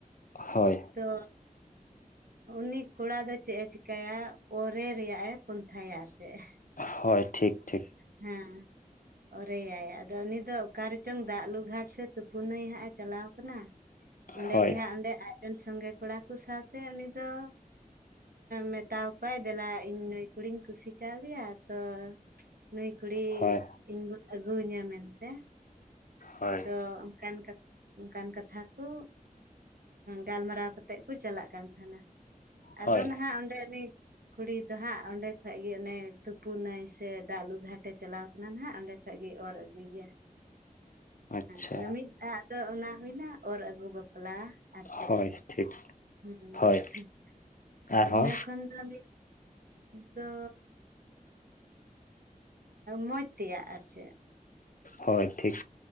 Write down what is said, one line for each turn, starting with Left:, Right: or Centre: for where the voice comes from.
Left: ᱦᱳᱭ
Right: ᱛᱚ ᱩᱱᱤ ᱠᱚᱲᱟ ᱫᱚ ᱪᱮᱫ ᱮ ᱪᱤᱠᱟᱹᱭᱟ ᱚᱨᱮ ᱨᱮᱭᱟᱜᱼ ᱮ ᱯᱚᱱᱛᱷᱟᱭᱟ ᱟᱨ ᱪᱮᱫ
Left: ᱦᱳᱭ ᱴᱷᱤᱠ ᱴᱷᱤᱠ
Right: ᱦᱮᱸ ᱚᱨᱮᱭᱟᱭ ᱟᱫᱚ ᱩᱱᱤ ᱫᱚ ᱚᱠᱟ ᱨᱮᱪᱚᱝ ᱫᱟᱜ ᱞᱩᱜ ᱜᱷᱟᱴ ᱥᱮ ᱛᱩᱯᱩ ᱱᱟᱹᱭ ᱦᱟᱸᱜ ᱮ ᱪᱟᱞᱟᱣ ᱟᱠᱟᱱᱟ ᱚᱸᱰᱮ
Left: ᱦᱳᱭ
Right: ᱜᱮᱦᱟᱸᱜ ᱚᱸᱰᱮ ᱟᱡᱨᱮ ᱨᱮᱱ ᱥᱚᱸᱜᱮ ᱠᱚᱲᱟ ᱠᱚ ᱥᱟᱶᱛᱮ ᱩᱱᱤ ᱫᱚ ᱢᱮᱛᱟᱟᱣ ᱠᱚᱣᱟᱭ ᱫᱮᱞᱟ ᱤᱧ ᱱᱩᱭ ᱠᱩᱲᱤᱧ ᱠᱩᱥᱤ ᱠᱟᱣᱫᱮᱭᱟ ᱛᱚ ᱱᱩᱭ ᱠᱩᱲᱤ
Left: ᱦᱳᱭ
Right: ᱤᱧ ᱟᱹᱜᱩ ᱤᱧᱟ ᱢᱮᱱᱛᱮ
Left: ᱦᱳᱭ
Right: ᱛᱚ ᱚᱱᱠᱟᱚᱱᱠᱟ ᱚᱱᱠᱟᱱ ᱠᱟᱛᱷᱟ ᱠᱚ ᱜᱟᱞᱢᱟᱨᱟᱣ ᱠᱟᱛᱮᱫ ᱠᱚ ᱪᱟᱞᱟᱜ ᱠᱟᱱ ᱛᱟᱦᱮᱱᱟ ᱟᱫᱚ
Left: ᱦᱳᱭ
Right: ᱱᱟᱦᱟᱜ ᱚᱸᱰᱮᱤᱡ ᱠᱩᱲᱤ ᱫᱚ ᱦᱟᱸᱜ ᱚᱸᱰᱮ ᱠᱷᱚᱡᱜᱤ ᱚᱱᱮ ᱛᱩᱯᱩᱱᱟᱭ ᱥᱮ ᱫᱟᱜ ᱞᱩ ᱜᱷᱟᱴᱮ ᱪᱟᱞᱟᱣ ᱚᱱᱟ ᱱᱟᱱᱟᱜ ᱚᱸᱰᱮ ᱠᱷᱚᱡ ᱜᱮ ᱚᱨ ᱟᱹᱜᱩᱭᱮᱭᱟ
Left: ᱟᱪᱪᱷᱟ
Right: ᱦᱮᱸᱫᱚ ᱢᱤᱫ ᱫᱷᱟᱣ ᱫᱚ ᱚᱱᱟ ᱦᱩᱭᱱᱟ ᱚᱨ ᱟᱹᱜᱩ ᱵᱟᱯᱞᱟ ᱟᱨ ᱪᱮᱫ
Left: ᱦᱳᱭ ᱴᱷᱤᱠ
Right: ᱦ
Left: ᱦᱳᱭ ᱟᱨᱦᱚᱸ
Right: ᱤᱱᱟᱹ ᱠᱷᱚᱱ ᱫᱚᱢ ᱛᱚ ᱢᱚᱡᱽ ᱛᱮᱭᱟᱜ ᱟᱨ ᱪᱮᱫ <unintelligible>
Left: ᱦᱳᱭ ᱴᱷᱤᱠ